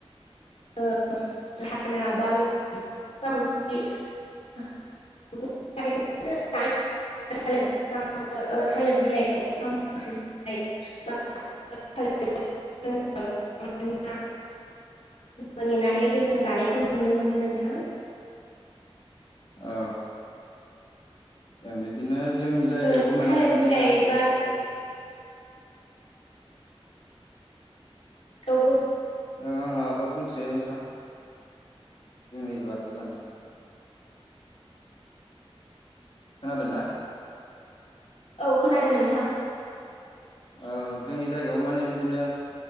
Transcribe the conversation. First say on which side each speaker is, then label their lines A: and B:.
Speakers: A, on the left; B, on the left.
A: ओ हाना बार !!! ओ ओ थालिर बिलाइ दंफां ओ थालिर बिफां मेनानै जोंङो जानायखौ नुनो मोनो नोंथां
B: ओ ओ बिदिनो जोंनि
A: ओ
B: जायगायावबो माने
A: थालिर
B: बिदिनो
A: बिलाइ
B: थोरसि
A: बा खौ बो
B: ओ आं माबा बुंसै नोंथां जोंनि लागै माने खोना दोंना
A: औ खोनादों नोंथां
B: औ जोंनि जायगायाव मोनोबिदिनो